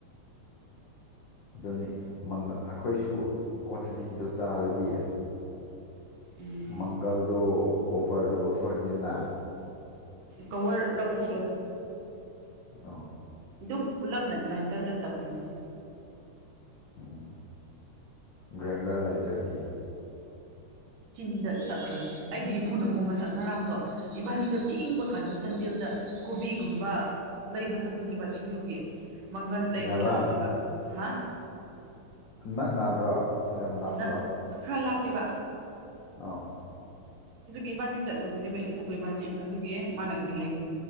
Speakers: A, on the left; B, on the right.
A: ꯑꯗꯨꯅꯤ ꯑꯩꯈꯣꯏꯁꯨ ꯑꯋꯥꯊꯕꯤꯒꯤꯗꯣ ꯆꯥꯔꯗꯤ
B: ꯎꯝ
A: ꯃꯪꯒꯜꯗꯨꯣ ꯀꯣꯕꯔꯗꯨꯣ ꯂꯧꯊꯣꯛꯑꯅꯤꯅ
B: ꯀꯋꯔ ꯂꯧꯊꯣꯛꯂꯣꯏ
A: ꯑ
B: ꯑꯗꯨꯝ ꯄꯨꯜꯂꯞꯅ ꯒ꯭ꯔꯥꯏꯟꯗꯔꯗ ꯇꯛꯈ꯭ꯔꯅꯤ
A: ꯎꯝ ꯒ꯭ꯔꯦꯟꯗꯔ ꯂꯩꯇ꯭ꯔꯗꯤ
B: ꯆꯤꯟꯗ ꯇꯛꯈ꯭ꯔꯅꯤ ꯑꯩꯒꯤ ꯏꯄꯨꯅꯀꯣꯡ ꯉꯁꯛ ꯉꯔꯥꯡꯗꯣ ꯏꯕꯥꯅꯤꯗꯣ ꯊꯦꯡꯕ ꯀꯥꯟꯗ ꯆꯥꯟꯗꯦꯜꯗ ꯀꯣꯕꯤꯒꯨꯝꯕ ꯂꯩꯕ ꯆꯠꯄꯅꯦꯕ ꯁꯤꯡꯖꯨꯒꯤ ꯃꯪꯒꯟ ꯂꯩꯕ
A: ꯉꯔꯥꯡ
B: ꯆꯠꯄꯅꯦꯕ ꯍꯥ
A: ꯅꯛ ꯅꯥꯕ꯭ꯔꯣ ꯌꯥꯝ ꯂꯥꯞꯄ꯭ꯔꯣ
B: ꯅꯛ ꯈꯔ ꯂꯥꯛꯞꯄꯤꯕ
A: ꯑꯥꯎ
B: ꯑꯗꯨꯒꯤ ꯏꯕꯥꯅꯤ ꯆꯠꯂꯨꯕꯅꯦꯕ ꯏꯄꯨꯒ ꯏꯕꯥꯅꯤ ꯑꯗꯨꯒꯤ ꯃꯥꯅ ꯀꯔꯤ ꯍꯥꯏꯒꯅꯤ